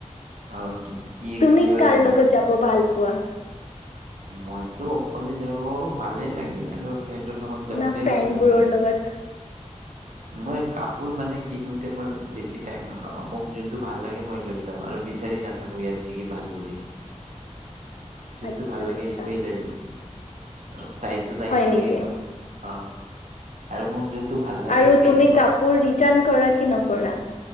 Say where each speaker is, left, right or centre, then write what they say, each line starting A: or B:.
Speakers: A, on the right; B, on the left.
A: অ কি কি
B: তুমি
A: কিহৰ
B: কাৰ
A: কাৰণে
B: লগত যাব ভাল পোৱা
A: মইতো অকলে যাব ভালে লাগে আৰু ফ্ৰেণ্ডৰ লগত যাওঁতেও
B: না ফ্ৰেণ্ডবোৰৰ
A: ভালে লাগে
B: লগত
A: মই কাপোৰ মানে কিনো মই বেছি টাইম নলগাও, মোক যোনটো ভাল লাগে মই লৈ লওঁ আৰু বিচাৰি নাথাকো ইয়াত চিকি ভাল বুলি। যোনটো
B: আচ্ছা
A: ভাল লাগে
B: আচ্ছা
A: সেইটোৱে লৈ লওঁ। অ', চাইজত আহিব
B: হয় নেকি?
A: লাগে কাপোৰ অ, আৰু মোক যোনটো ভাল লাগে।
B: আৰু
A: সেইটো
B: তুমি
A: ন
B: কাপোৰ ৰিটাৰ্ন কৰা কি নকৰা?